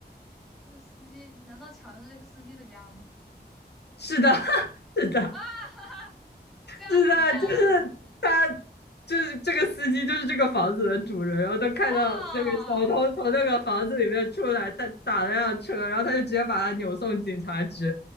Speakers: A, in the centre; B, on the left.
A: 这个司机难道抢的是这个司机的家吗？
B: 是的，<laughs> 是的。
A: 啊，<laughs> 哈哈，这样子吗？
B: 是的，就是他，就是这个司机，就是这个房子的主人。然后他看到那个小偷从那个房子里面出来，
A: 哦，
B: 他打了辆车，然后他就直接把他扭送警察局，